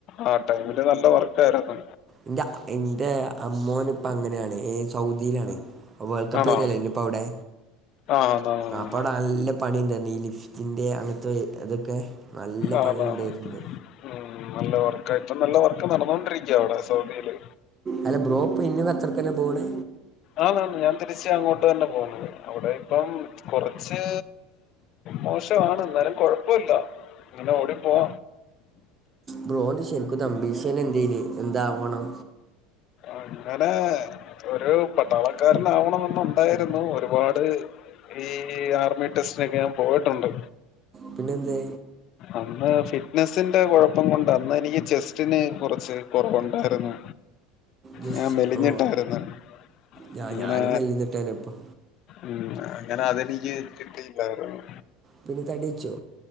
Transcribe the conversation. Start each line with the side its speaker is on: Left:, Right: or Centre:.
Left: ആ ടൈമില് നല്ല വർക്ക് ആയിര്ന്ന്
Right: ഇന്റെ ഇന്റെ അമ്മോന് ഇപ്പ അങ്ങനെയാണ് എഹ് സൗദിയിലാണ് വേൾകപ്പ്
Left: ആണോ
Right: <unintelligible> അപ്പ അവടെ
Left: ആഹ് ആന്ന് ആന്ന്
Right: അപ്പവിടെ നല്ല പണിണ്ടെന്ന് ഈ ലിഫ് റ്റിന്റെ അങ്ങൻത്തെ ഇതൊക്കെ നല്ല
Left: ആന്ന്
Right: പണിയിണ്ടെയിട്ട്
Left: ആന്ന് ആന്ന്
Right: ണ്ട്
Left: ഉം നല്ല വർക്ക് ഇപ്പം നല്ല വർക്ക് നടന്നുകോണ്ടിരിക്കാ അവിടെ സൗദിയില്
Right: അല്ല ബ്രോ ഇപ്പൊ ഇനിം കത്തറ്ക്കന്നെ പോണ്
Left: ആന്ന് ആന്ന് ഞാൻ തിരിച് അങ്ങോട്ട് തന്നെ പോണ് അവിടെ ഇപ്പം കൊറച്ച് മോശവാണ് ഇന്നാലും കൊഴപ്പോല്ല ഇങ്ങനെ ഓടിപ്പോവ
Right: ബ്രോന്റെ ശരിക്കത്തെ അംബിഷന് എന്തേന് എന്താവണം
Left: അങ്ങനെ ഒരു പട്ടാളക്കാരനാവണമെന്ന് ഉണ്ടായിരുന്നു ഒരുപാട് ഈ ആർമി ടെസ്റ്റിനൊക്കെ ഞാൻ പോയിട്ടുണ്ട്
Right: പിന്നെ എന്തേ
Left: അന്ന് ഫിറ്റ്നസ്സിന്റെ കൊഴപ്പം കൊണ്ട് അന്ന് എനിക്ക് ചെസ്റ്റിന് കൊറച്ച് കൊറവുണ്ടായിര്ന്നു
Right: ജസ്റ്റ്
Left: ഞാൻ മെലിഞ്ഞിട്ടായിര്ന്ന്
Right: ഓ ഞാൻ
Left: അങ്ങനെ
Right: ഞാനും മെല്ലിന്നിട്ടാണ് ഇപ്പോൾ
Left: ഉം അങ്ങനെ അതെനിക്ക് കിട്ടിയില്ലായിര്ന്നു
Right: പിന്നെ തടിവെച്ചോ